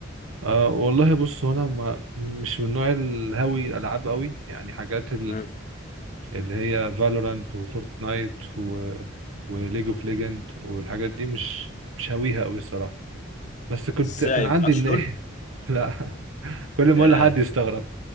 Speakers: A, on the right; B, on the left.
A: آه والله بص هو انا ما مش من نوع الهاوي العاب قوي يعني حاجات
B: مم.
A: اللي هي فالورانت وفورتنايت و... وليج اوف ليجند والحاجات دي مش مش هاويها قوي الصراحه بس كنت
B: ازاي
A: كان
B: ما
A: عندي
B: بتلعبش
A: النية
B: لول
A: <laughs> لا كل ما
B: ياه
A: اقول لحد يستغرب